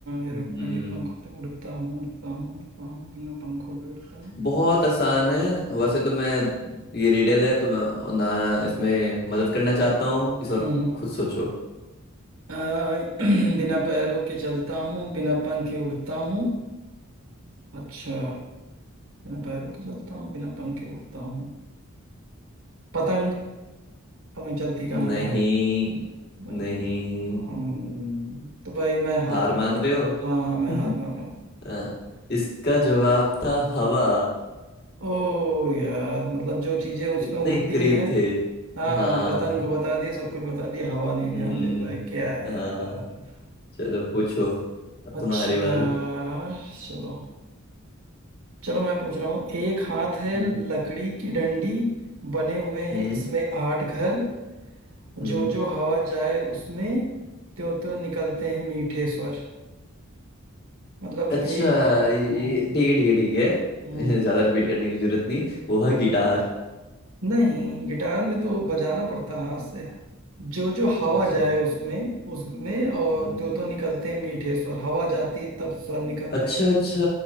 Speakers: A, on the right (about 80°); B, on the left (about 45°).
A: एरोप्लेन
B: हम्म
A: के पंख होते हैं, उड़ता हूँ उड़ता हूँ उड़ता हूँ बिना पंखों के उड़ता हूँ
B: बहुत आसान है वैसे तो मैं ये रिडल है तो मैं ना इसमें मदद करना चाहता हूँ इस बार
A: हम्म हम्म।
B: खुद सोचो
A: आ, <clears throat> बिना पैरों के चलता हूँ बिना पंख के उड़ता हूँ अच्छा बिना पैरों के चलता हूँ बिना पंख के उड़ता हूँ पतंग पतंग चलती कहाँ
B: नहीं
A: है यार पतंग
B: नहीं
A: चलता हम्म, तो भाई मैं हार
B: हार मान रहे हो
A: हाँ हाँ मैं
B: <laughs>
A: हार मानो
B: अ, इसका जवाब था हवा
A: ओ यार मतलब जो चीजें उसमें
B: इतने
A: उड़ती
B: करीब
A: हैं
B: थे
A: हाँ
B: हाँ
A: पतंग को बता दिया सब कुछ बता दिया हवा नहीं
B: हम्म
A: ध्यान दे पाए क्या यार
B: हाँ चलो पूछो अब
A: अच्छा
B: तुम्हारी बारी
A: चलो चलो मैं पूछ रहा हूँ एक हाथ है
B: हम्म
A: लकड़ी की डंडी बने हुए हैं
B: हम्म
A: इसमें आठ घर
B: हम्म।
A: जो जो हवा जाए उसमें त्यों त्यों निकलते हैं मीठे स्वर मतलब
B: अच्छा
A: एक
B: ये
A: हाँ,
B: ठीक है ठीक है ठीक
A: हाँ,
B: है <laughs> ज्यादा रिपीट करने की जरूरत नहीं वो है
A: हाँ।
B: गिटार
A: नहीं गिटार में तो बजाना पड़ता है हाथ से जो जो हवा
B: अच्छा
A: जाए उसमें उसमें और
B: हम्म
A: तो तो निकलते हैं मीठे स्वर हवा जाती है तब स्वर निकलते
B: अच्छा
A: हैं
B: अच्छा